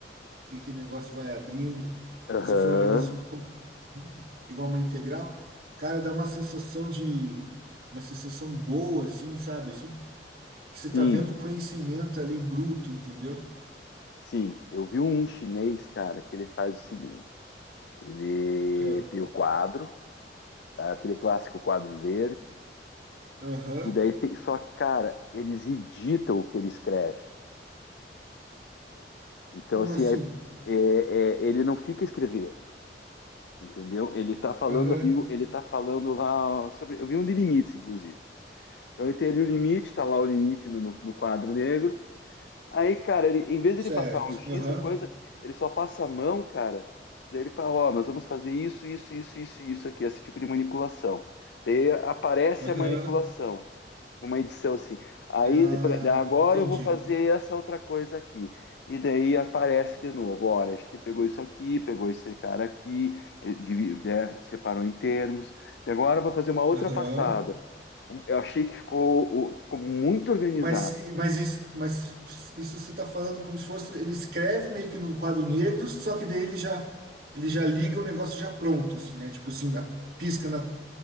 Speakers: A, on the right (about 60°); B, on the left (about 70°).
A: que, que negócio vai abrindo.
B: Aham.
A: Se for um negócio um pouco comprido, igual uma integral, cara, dá uma sensação de uma sensação boa, assim, sabe? Assim, que você tá
B: Sim,
A: vendo o conhecimento ali bruto, entendeu?
B: sim. Eu vi um chinês, cara, que ele faz o seguinte: ele
A: Ah,
B: tem o quadro. tá? Aquele clássico quadro verde.
A: Aham.
B: E daí tem, só que, cara, eles editam o que ele escreve. Então,
A: Como
B: assim,
A: assim?
B: é- é- é- ele não fica escrevendo, entendeu? Ele tá falando
A: Aham.
B: ali, o- ele tá falando lá sobre. Eu vi um de limites, inclusive. Então ele tem ali o limite, tá lá o limite no, no- no quadro negro. Aí, cara, ele, em vez de
A: Certo.
B: ele passar um giz
A: Aham.
B: ou coisa, ele só passa a mão, cara. Daí ele fala, ó, nós vamos fazer isso, isso, isso, isso, isso aqui, esse tipo de manipulação. Daí aparece
A: Aham.
B: a manipulação. uma edição assim. Aí,
A: Ah,
B: por exemplo, agora
A: entendi.
B: eu vou fazer essa outra coisa aqui. E daí aparece de novo, olha, a gente pegou isso aqui, pegou esse cara aqui, eh, divi- né, separou em termos. E agora eu vou fazer uma outra
A: Aham.
B: passada. Hum, Eu achei que ficou, o- ficou muito organizado.
A: Mas, mas,
B: cara.
A: isso, mas isso você está falando como se fosse. Ele escreve meio que num quadro negro, só que daí ele já, ele já liga o negócio já pronto, assim, né? Tipo assim, a- pisca na.